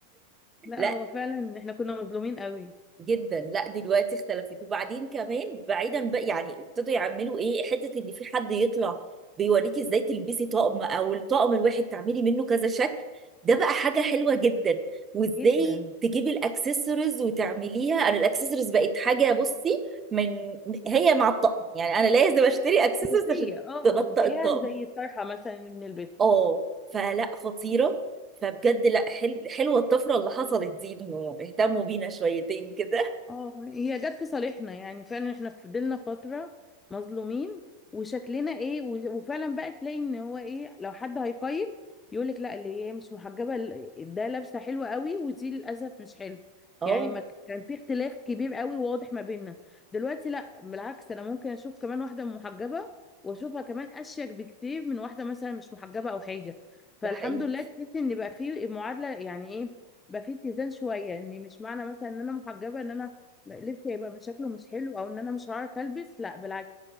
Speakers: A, on the left; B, on the right.
A: لا
B: لا
A: هو فعلا احنا كنا مظلومين قوي
B: جدا لا دلوقتي اختلفت وبعدين كمان بعيدا بقى يعني ابتدوا يعملوا ايه حته ان في حد يطلع بيوريكي ازاي تلبسي طقم او الطقم الواحد تعملي منه كذا شكل ده بقى حاجه حلوه جدا وازاي
A: جدا
B: تجيبي الاكسسوارز وتعمليها انا الاكسسوارز بقت حاجه بصي من هي مع الطقم يعني انا لازم اشتري اكسسوارز
A: اساسية
B: عشان
A: اه
B: تنطق
A: زيها
B: الطقم
A: زي الطرحة مثلا من البيت
B: اه فلا خطيره فبجد لا حل... حلوه الطفره اللي حصلت دي انه اهتموا بينا شويتين كده
A: اه هي جت في صالحنا يعني فعلا احنا فضلنا فترة مظلومين وشكلنا ايه و- وفعلا بقى تلاقي ان هو ايه لو حد هيقيم يقولك لا اللي هي مش محجبة ال- ده لابسة حلوة قوي ودي للأسف مش حلو
B: اه
A: يعني ما ك- كان في اختلاف كبير قوي واضح ما بيننا دلوقتي لا بالعكس انا ممكن اشوف كمان واحدة محجبة واشوفها كمان اشيك بكتير من واحدة مثلا مش محجبة او حاجة فالحمد
B: ده حقيقي
A: لله تحس ان بقى في معادلة يعني ايه بقى في اتزان شوية ان مش معنى مثلا ان انا محجبة ان انا لبسي هيبقى من شكله مش حلو او ان انا مش هعرف البس لا بالعكس